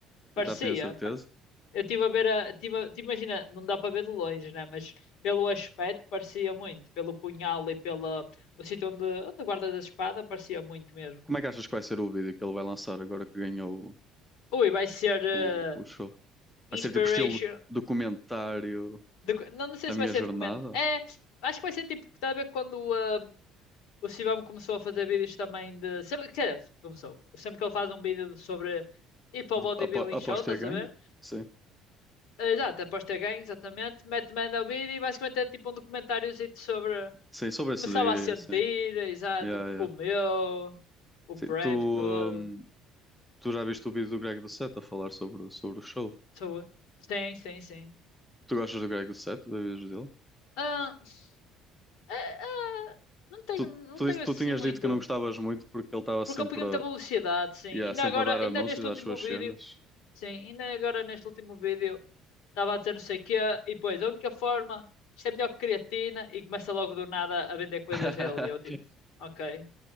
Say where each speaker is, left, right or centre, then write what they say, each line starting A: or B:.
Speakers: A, on the left; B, in the centre.
A: parecia.
B: Já tenho a certeza.
A: pa- Eu estive a ver a. Tive a- te imagina, não dá para ver de longe, né? Mas pelo aspecto parecia muito. Pelo punhal e pelo o sítio onde, onde guardas a espada, parecia muito mesmo.
B: Como é que achas que vai ser o vídeo que ele vai lançar agora que ganhou
A: Ui, vai ser ah,
B: o, o, o show? Vai
A: Inspiration.
B: ser tipo estilo documentário
A: docu- Não, não sei
B: a
A: se
B: minha
A: vai ser
B: jornada.
A: documento. É, acho que vai ser tipo, está a ver quando ah, o Sibam começou a fazer vídeos também de. Sempre, quer dizer, começou. Sempre que ele faz um vídeo sobre ir para o bodybuilding
B: Apo aposto
A: show, estás
B: que é ganho.
A: a ver?
B: Sim.
A: Ah, Exato, após ter ganho, exatamente. Mete manda o vídeo e basicamente é tipo um documentáriozinho sobre.
B: Sim, sobre
A: Começava
B: esse dia,
A: a sentir,
B: assim.
A: exato,
B: Yeah,
A: o que
B: yeah.
A: comeu, o prep
B: Sim, tu,
A: todo.
B: hum, tu já viste o vídeo do Greg do Set a falar sobre, o- sobre o show?
A: Sou- Sim, sim, sim.
B: Tu gostas do Greg do Set, dos vídeos dele?
A: Ah, ah, ah, não tenho,
B: Tu,
A: não
B: tu,
A: tenho
B: disse- tu
A: assim
B: tinhas
A: muito.
B: dito que não gostavas muito porque ele estava sempre,
A: Porque eu punha muita
B: a-
A: velocidade, sim.
B: yeah,
A: Ainda
B: sempre
A: agora,
B: a dar
A: ainda
B: anúncios
A: neste
B: às
A: último
B: suas
A: vídeo,
B: cenas.
A: sim, ainda agora neste último vídeo, estava a dizer não sei o quê, e depois, a única forma, isto é melhor que creatina, e começa logo do nada a vender coisas
B: <laughs>
A: dele, e eu tipo, ok,